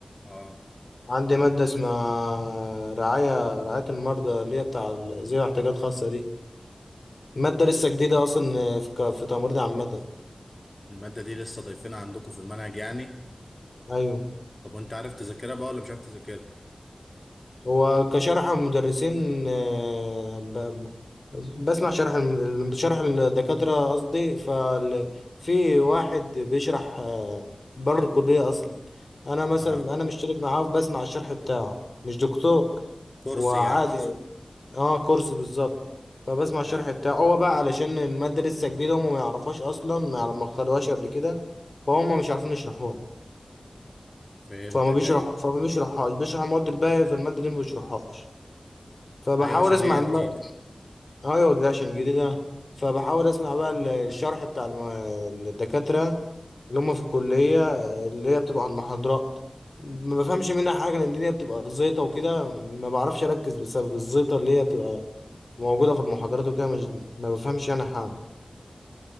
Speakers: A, on the left; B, on the left.
A: اه
B: عندي ماده اسمها رعايه رعايه المرضى اللي هي بتاع ال- ذوي احتياجات خاصه دي ماده لسه جديده اصلا في ك- في تمريض عامه
A: المادة دي لسه ضايفينها عندكم في المنهج يعني
B: ايوه
A: طب وانت عارف تذاكرها بقى ولا مش عارف تذاكرها
B: هو كشرح المدرسين آه، ب... ب- بسمع شرح الم- شرح الدكاترة قصدي ففي واحد بيشرح آه، بره الكلية أصلا أنا مثلا
A: اه
B: أنا مشترك معاه بسمع الشرح بتاعه مش دكتور
A: اه كورس
B: هو عادي
A: يعني
B: اه كورس بالظبط فبسمع الشرح
A: ايوه
B: بتاعه هو بقى علشان المادة لسه جديدة هما ما يعرفوش أصلا ما يعرف- ما خدوهاش قبل كده فهم مش عارفين يشرحوها
A: فهمتك
B: فما بيشرح
A: ايوه
B: فما بيشرحهاش بيشرح المواد الباقية في المادة دي ما بيشرحهاش فبحاول
A: ايوه عشان
B: اسمع
A: هي
B: الم...
A: جديدة
B: ايوه ده عشان جديدة فبحاول اسمع بقى ال- الشرح بتاع الم... الدكاترة اللي هم في الكلية اللي هي بتبقى عن محاضرات ما بفهمش منها حاجة لأن الدنيا بتبقى زيطة وكده ما بعرفش أركز بسبب الزيطة اللي هي بتبقى موجودة في المحاضرات وكده مش... ما بفهمش يعني حاجة